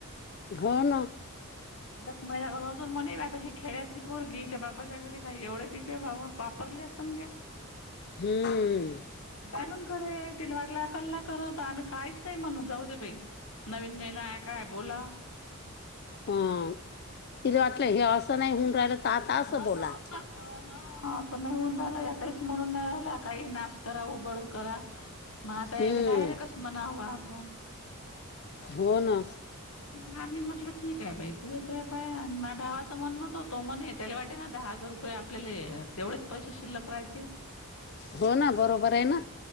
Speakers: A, on the left; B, on the left.
A: हो ना
B: <unintelligible> अजून म्हणे म आता ही खेळ्यातली पोरगी हीच्या बापाच्या घरी काही एवढे पीपे बा पाप लसुण घे
A: हम्म
B: जाणून करे तिला वाटलं अपल्याला कर आम्ही काहीच नाही म्हणून जाऊ दे बाई नवीन ने ना आहे काय बोला
A: ह तिला वाटलं हे असं नाही होऊन राहिलं तर आता असं
B: <unintelligible> असं
A: बोला
B: नाही होऊन रालं एकाहीच मरून नाही राहिला काही नाश त रा उघड करा मता
A: हम्म
B: इले डायरेक्टच मनाववा आपो
A: हो ना
B: मग आम्ही म्हटलं ठीक आहे बाई तू येतोय बा माझ भाावाचं म्हणण - त्याला वाटे ना दहा हजार रुपये आपल्याले तेवढेच पैसे शिल्लक राहाते
A: हो ना बरोबर आहे ना